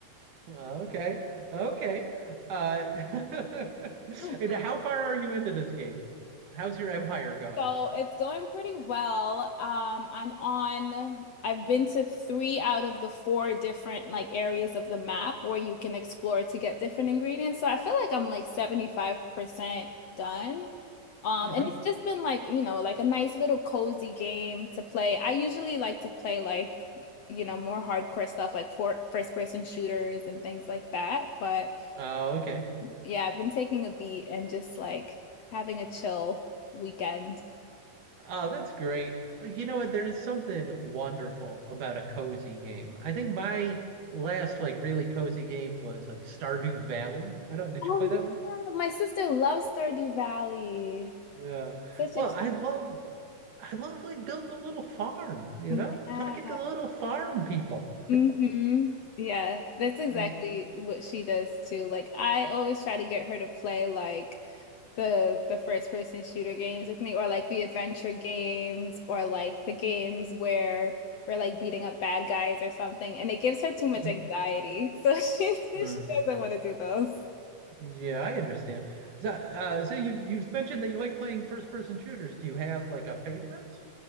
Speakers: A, on the right; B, on the left.
A: Okay, okay. Uh, <laughs>
B: <laughs>
A: and how far are you into this game? How's your empire going?
B: So it's going pretty well. Um, I'm on, I've been to three out of the four different like areas of the map where you can explore to get different ingredients. So I feel like I'm like 75% done. Um,
A: Mm-hmm.
B: and it's just been like, you know, like a nice little cozy game to play. I usually like to play like, you know, more hardcore stuff like for first person shooters and things like that. But
A: Oh, okay.
B: yeah, I've been taking a beat and just like having a chill weekend.
A: Oh, that's great. You know what? There is something wonderful about a cozy game. I think my last like really cozy game was like Stardew Valley. I don't, did
B: Oh
A: you play that
B: yeah,
A: one?
B: my sister loves Stardew Valley.
A: Yeah.
B: Such
A: Well,
B: a
A: I love I love like building a little farm, you
B: cute,
A: know?
B: yeah.
A: Talking to the little farm people.
B: hmm Yeah, that's exactly
A: Mhm.
B: what she does too. Like I always try to get her to play like the the first person shooter games with me or like the adventure games or like the games where we're like beating up bad guys or something and it gives her too much
A: Mhm.
B: anxiety. <laughs> So she she
A: Mm.
B: doesn't want to do those.
A: Yeah, I understand. So, uh, so you've you've mentioned that you like playing first person shooters. Do you have like a favorite?